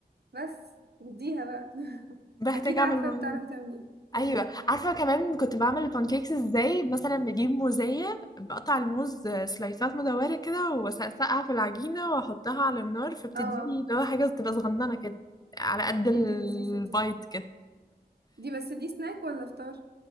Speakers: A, on the right (about 75°); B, on the left (about 25°).
A: بس وديها بقى <laughs>
B: <laughs> بحتاج
A: اكيد
B: اعمل
A: عارفه
B: الموضوع
A: بتعرفي
B: ده
A: تعمليه مم.
B: ايوه عارفه كمان كنت بعمل البانكيكس ازاي مثلا بجيب موزيه بقطع الموز سلايسات مدوره كده واسقسقها في العجينه واحطها على النار فبتديني
A: اه
B: اللي هو حاجه تبقى صغننه كده على قد
A: دي
B: البايت
A: دي لذيذه دي
B: كده
A: دي بس دي سناك ولا فطار